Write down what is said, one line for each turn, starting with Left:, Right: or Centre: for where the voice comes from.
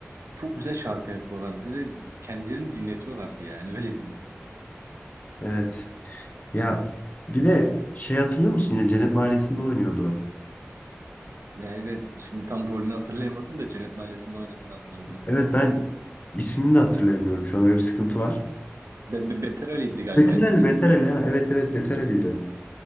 Right: çok güzel şarkı yapıyorlardı ve kendilerini dinletiyorlardı yani <laughs> öyle diyeyim.
Left: Evet. Ya bir de şey hatırlıyor musun yine Cennet Mahallesi'nde oynuyordu. o.
Right: Ya evet şimdi tam rolünü hatırlayamadım da Cennet Mahallesi'nde oynadığını hatırladım.
Left: Evet ben ismini de hatırlayamıyorum. Şu an öyle bir sıkıntı var.
Right: Be Be- Beter Ali'ydi
Left: <laughs>
Right: galiba
Left: Beter
Right: ismi.
Left: Ali, Beter Ali ha. Evet evet Beter Ali'ydi.